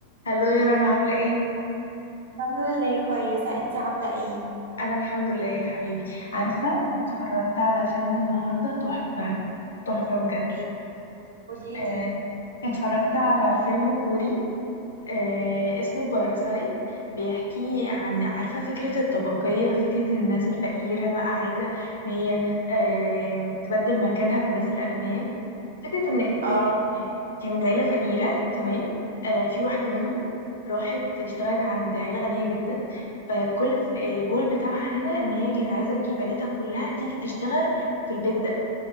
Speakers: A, on the left; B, on the right.
A: هلو يا رنا عاملة ايه؟
B: الحمد لله كويسة انتي عاملة ايه؟
A: أنا الحمد لله يا حبيبي عارفة اتفرجت على فيلم النهاردة تحفة تحفة بجد
B: ايه قوليلي
A: آه، اتفرجت على فيلم كوري آه، اسمه باراسايت بيحكي عن عارفة فكرة الطبقية فكرة الناس الفقيرة بقى عايزة ان هي آم، تبدل مكانها بالناس الأغنياء فكرة إن إن
B: اه
A: كانت عيلة فقيرة تمام آه في واحدة منهم راحت اشتغلت عند عيلة غنية جدا فكل ف- الجول بتاعها هنا إن هي كانت عايزة تجيب عيلتها كلها تيجي تشتغل في البيت ده